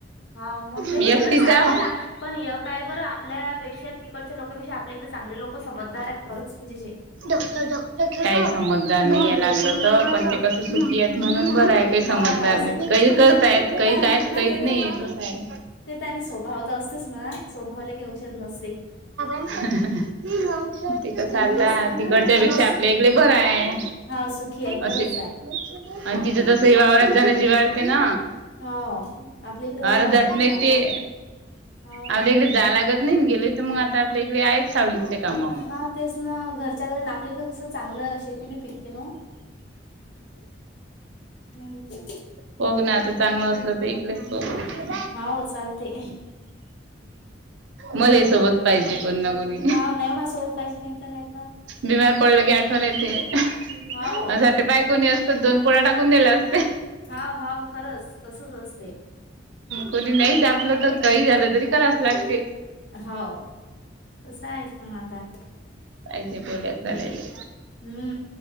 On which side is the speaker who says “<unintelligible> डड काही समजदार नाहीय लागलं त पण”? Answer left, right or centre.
Right